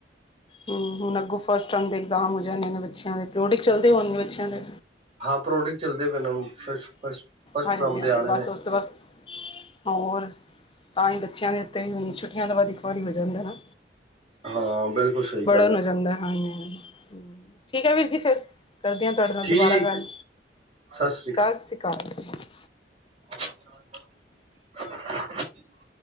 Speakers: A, on the left; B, on the right.
A: ਹੂੰ ਹੁਣ ਅੱਗੋ ਫਸਟ ਟਰਮ ਦੇ ਏਗਜ਼ਾਮ ਹੋ ਜਾਂਣੇ ਨੇ ਬੱਚਿਆਂ ਦੇ, ਪੋ੍ਟਿਕਸ ਚੱਲਦੇ ਹੋਣਗੇ ਬੱਚਿਆਂ ਦੇ
B: ਹਾਂ ਪ੍ਰੋਟਿਕ ਚੱਲਦੇ ਪਏ ਨੇ ਫ ਫਸ ਫਸਟ
A: ਹਾਂਜੀ
B: ਟੱਰਮ ਦੇ
A: ਹਾਂਜੀ
B: ਆ ਰਹੇ
A: ਬਸ
B: ਨੇ।
A: ਉਸ ਤੋਂ ਬਾਅਦ ਹੋਰ ਤਾਂ ਹੀ ਬੱਚਿਆਂ ਦੇ ਉੱਤੇ ਹੁਣ ਛੁੱਟੀਆਂ ਤੋਂ ਬਾਅਦ ਇੱਕ ਵਾਰੀ ਹੋ ਜਾਂਦਾ ਨਾ।
B: ਹਾਂ ਬਿਲਕੁਲ ਸਹੀ
A: ਪੜਨ
B: ਗੱਲ
A: ਹੋ ਜਾਂਦਾ, ਹਾਂਜੀ ਹਾਂਜੀ। ਠੀਕ ਹੈ ਵੀਰ ਜੀ, ਫੇਰ ਕਰਦੀ ਹਾਂ ਤੁਹਾਡੇ ਨਾਲ
B: ਠੀਕ
A: ਦੁਬਾਰਾ ਗੱਲ।
B: ਹੈ ਜੀ ਸ੍ਰੀ ਅਕਾਲ
A: ਸਤਿ ਸ਼੍ਰੀ ਅਕਾਲ।
B: <inaudible>